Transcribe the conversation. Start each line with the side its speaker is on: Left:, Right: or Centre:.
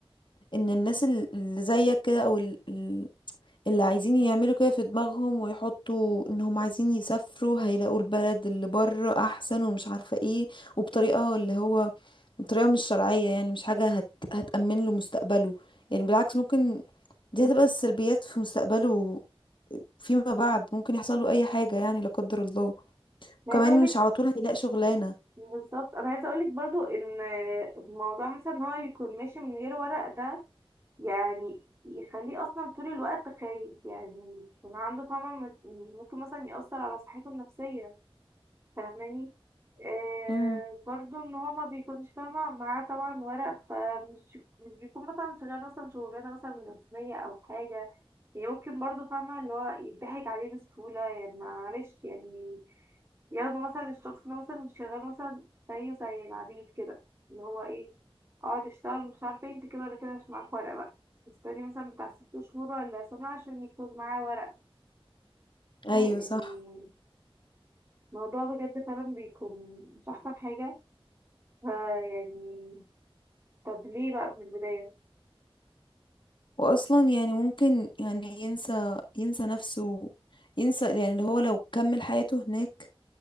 Left: ان الناس ال- اللي زيك كده او ال- ال- اللي عايزين يعملوا كده في دماغهم ويحطوا انهم عايزين يسافروا هيلاقوا البلد اللي بره احسن ومش عارفة ايه وبطريقة اللي هو بطريقة مش شرعية يعني مش حاجة هت... هتأمن له مستقبله يعني بالعكس ممكن دي هتبقى السلبيات في مستقبله فيما بعد ممكن يحصل له اي حاجة يعني لا قدر الله
Right: أنا
Left: كمان
Right: عايزة أقول لك
Left: مش على طول هيلاقي شغلانة
Right: بالظبط أنا عايزة أقول لك برضو إن الموضوع مثلا إن هو يكون ماشي من غير ورق ده يعني يخليه اصلا طول الوقت خايف يعني يكون عنده فما ممكن مثلا يأثر على صحته النفسية فاهماني آه
Left: امم
Right: برضو ان هو ما بيكونش فاهمة معاه طبعا ورق فمش مش بيكون مثلا شغال مثلا شغلانة مثلا رسمية او حاجة يعني ممكن برضو فاهمة اللي هو يضحك عليه بسهولة يعني معلش يعني ياخدوا مثلا الشخص ده مثلا مش شغال مثلا زيه زي العبيد كده اللي هو ايه اقعد اشتغل مش عارفة إيه، انت كده ولا كده مش معاك ورق بقى استني مثلا بتاع ست شهور ولا سنة عشان يكون معاه ورق
Left: ايوه
Right: يعني
Left: صح
Right: الموضوع بجد فعلا بيكون مش أحسن حاجة ها يعني طب ليه بقى من البداية
Left: واصلا يعني ممكن يعني ينسى ينسى نفسه ينسى يعني اللي هو لو كمل حياته هناك